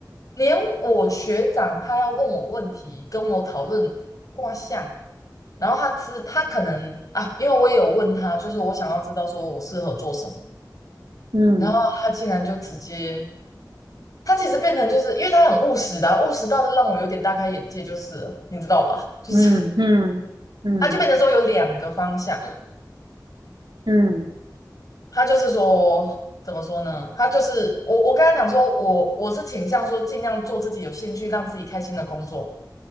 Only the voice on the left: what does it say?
连我学长他要问我问题，跟我讨论卦象，然后他知他可能啊，因为我也有问他，就是我想要知道说我适合做什么，
然后他竟然就直接他其实变成就是因为他很务实的啊务实到的让我有点大开眼界，就是你知道吧？就是
他就变成说有两个方向，
他就是说怎么说呢？他就是我我跟他讲说，我我是倾向说尽量做自己有兴趣、让自己开心的工作，